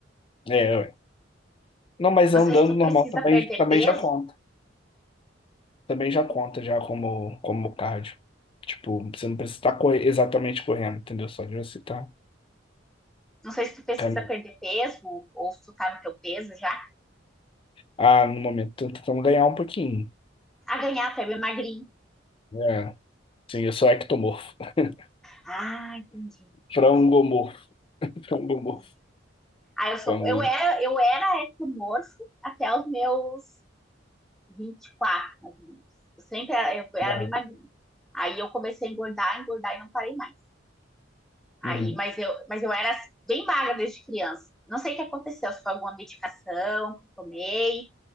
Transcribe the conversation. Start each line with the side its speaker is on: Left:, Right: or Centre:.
Left: é, ué. Não, mas
Centre: Não
Left: andando
Centre: sei se tu
Left: normal
Centre: precisa
Left: também,
Centre: perder
Left: também
Centre: peso,
Left: já conta. Também já conta já como, como cardio. Tipo, você não precisa estar corre- exatamente correndo, entendeu? Só de você estar
Centre: não sei se tu precisa
Left: caminhando.
Centre: perder peso ou se tu tá no teu peso já.
Left: Ah, no momento, tô tentando ganhar um pouquinho.
Centre: A ganhar, tu é bem magrinho.
Left: É, sim, eu sou ectomorfo. <laughs>
Centre: Ah, entendi,
Left: Frangomorfo.
Centre: entendi,
Left: Frangomorfo,
Centre: entendi. Ah, eu sou,
Left: famoso.
Centre: eu era, eu era ectomorfo até os meus 24, mais ou menos. Eu sempre era, eu
Left: Não.
Centre: era bem magrinho. Aí eu comecei a engordar, engordar e não parei mais. Aí,
Left: Uhum.
Centre: mas eu, mas eu era bem magra desde criança. Não sei o que aconteceu, se foi alguma medicação que eu tomei,